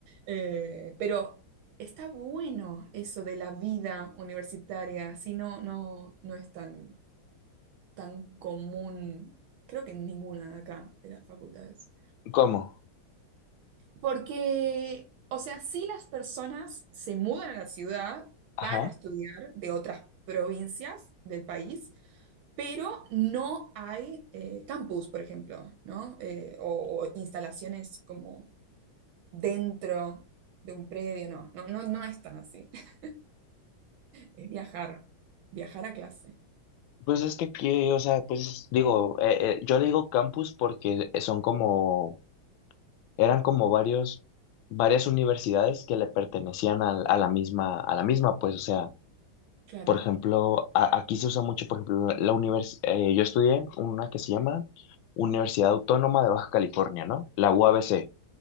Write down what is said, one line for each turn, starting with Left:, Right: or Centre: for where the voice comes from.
Right: Eh, pero está bueno eso de la vida universitaria, si no, no, no es tan, tan común, creo que en ninguna de acá, de las facultades.
Left: ¿Cómo?
Right: Porque, o sea, sí las personas se mudan a la ciudad
Left: Ajá.
Right: para estudiar de otras provincias del país, pero no hay eh, campus, por ejemplo, ¿no? Eh, o, o instalaciones como dentro de un predio, no, no, no, no es tan así. <laughs> Es viajar, viajar a clase,
Left: Pues es que aquí, o sea, pues digo, eh, eh, yo le digo campus porque son como, eran como varios, varias universidades que le pertenecían al- a, la misma, a la misma, pues, o sea.
Right: claro.
Left: Por ejemplo, a- aquí se usa mucho, por ejemplo, la, la univers- eh, yo estudié una que se llama Universidad Autónoma de Baja California, ¿no? La UABC.